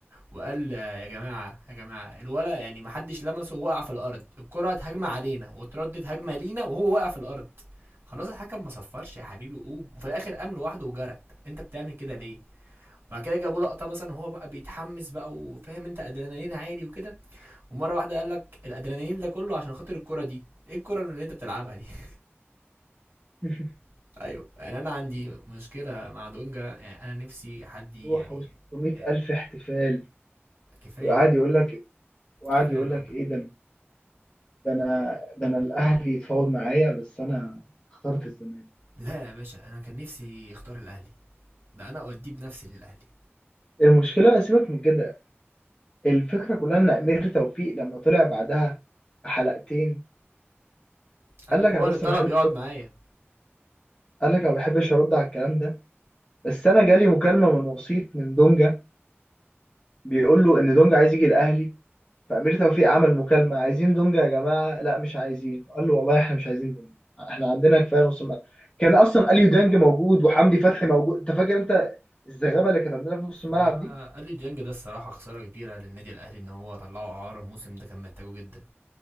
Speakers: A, on the right; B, on the left.
A: وقال آه، يا جماعه يا جماعه الولا يعني ما حدش لمسه وقع في الارض الكره هتهاجم علينا وتردد هجمه لينا وهو واقع في الارض خلاص الحكم ما صفرش يا حبيبي قوم وفي الاخر قام لوحده وجرى طب انت بتعمل كده ليه بعد كده جابوا لقطه مثلا وهو بقى بيتحمس بقى وفاهم انت ادرينالين عالي وكده ومره واحده قال لك الادرينالين ده كله عشان خاطر الكره دي ايه الكره اللي انت بتلعبها دي <laughs>
B: <laughs>
A: <applause> ايوه يعني انا عندي مشكله مع دونجا يعني انا نفسي حد يعني,
B: روح و 600
A: يعني
B: الف احتفال
A: كفايه
B: وقعد
A: بقى
B: يقول لك وقعد
A: كفايه
B: يقول
A: دونجا
B: لك ايه ده ده انا ده انا الاهلي يتفاوض معايا بس انا اخترت الزمالك
A: لا يا باشا انا كان نفسي اختار الاهلي ده انا اوديه بنفسي للاهلي
B: المشكله سيبك من كده الفكره كلها ان امير توفيق لما طلع بعدها بحلقتين
A: قال
B: قال
A: لك
B: لك
A: هو
B: انا
A: اللي
B: بس
A: طلب
B: بحب
A: يقعد معايا
B: قال لك انا ما بحبش ارد على الكلام ده بس انا جالي مكالمه من وسيط من دونجا بيقول له ان دونجا عايز يجي الاهلي فأمير توفيق عمل مكالمة عايزين دونجا يا جماعة لا مش عايزين قال له والله احنا مش عايزين دونجا احنا عندنا كفاية نص الملعب كان أصلا أليو دانج موجود وحمدي فتحي موجود أنت فاكر أنت الزغابة اللي كانت عندنا في نص الملعب
A: آه
B: دي
A: قال لي ديانج ده الصراحه خساره كبيره للنادي الاهلي ان هو طلعه اعاره الموسم ده كان محتاجه جدا